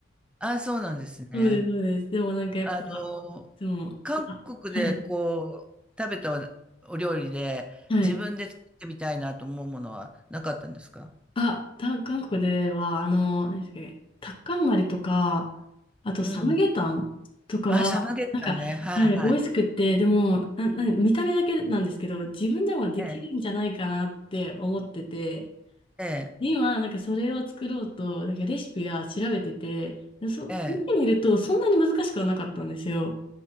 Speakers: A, in the centre; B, on the left.
A: あ、そうなんですね。
B: そうです、そうです。でもなんかやっぱ、
A: あの、
B: いつも、
A: 韓国でこう、
B: あ、はい。
A: 食べたお料理で自分で作ってみたいなと思うものはなかったんですか
B: はい。あ、た韓国では、あの、何でしたっけ、タッカンマリとか、あとサムゲタンとかは、
A: うん。あ、サムゲタンね。
B: なんか、
A: はいはい。
B: はい、美味しくって、でも、な、な、見た目だけなんですけど、自分でもできるんじゃないかなって思ってて、
A: ええ、ええ、
B: で今、なんかそれを作ろうと、なんかレシピは調べてて、でそ、
A: ええ、
B: 見てみると、そんなに難しくはなかったんですよ。